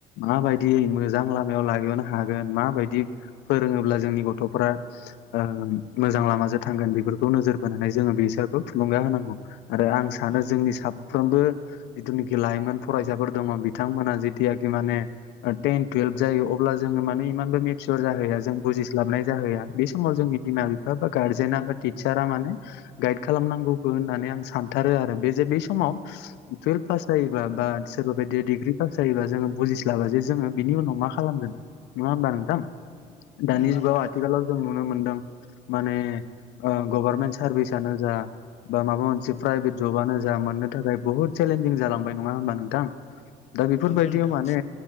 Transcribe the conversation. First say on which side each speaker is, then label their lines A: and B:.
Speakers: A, on the left; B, on the left.
A: माबायदियै मोजां लामायाव लागनो हागोन माबायदि फोरोङोब्ला जोंनि गथ'फोरा ओ मोजां लामाजों थांगोन बेफोरखौ नोजोर बोनानै जों ओ बिसोरखौ थुलुंगा होनांगौ आरो आं सानो
B: ओं
A: जोंनि साफ्रोमबो जिथुनेखि लाइमोन फरायसाफोर दङ बिथांमोना जेतयाखि माने टेन टुयेल्भ जायो अब्ला जोङो माने इमानबो मिसर जाहैया जों बुजिस्लाबनाय जाहोया बे समाव जोंनि बिमा बिफा बा गार्जेना बा टिचारा माने गाइद खालामनांगौखौ होननानै आं सानथारो आरो बे जे बे समाव टुयेल्भ पास जायोबा बा सोरबा बायदि डिग्रि पास जायोबा जों बुजिस्लाबा जे जोंङो बिनि उनाव मा खालामनो नङा होमबा नोंथां दानि
B: नंगौ
A: जुगाव
B: नोंथां
A: आथिलाव जोङो नुनो मानोनदों माने ओ गभारमेन्ट सारभिसआनो जा बा माबा मोनसे प्राइभेट जबानो जोंहा मोननो थाखाय बुहुत चेलेन्जिं जालांबाय नङा होमबा नोंथां दा बेफोरबायदियाव
B: नंगौ नोंथां
A: माने